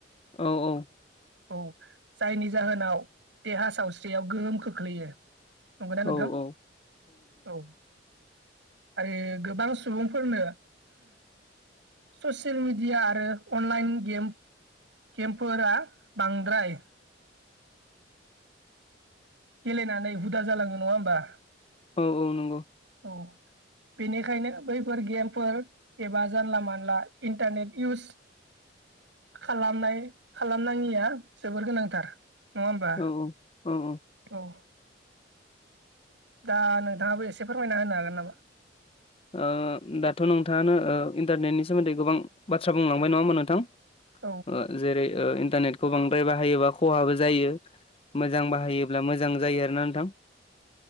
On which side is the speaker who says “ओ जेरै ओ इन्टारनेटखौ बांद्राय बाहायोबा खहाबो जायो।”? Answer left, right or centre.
Left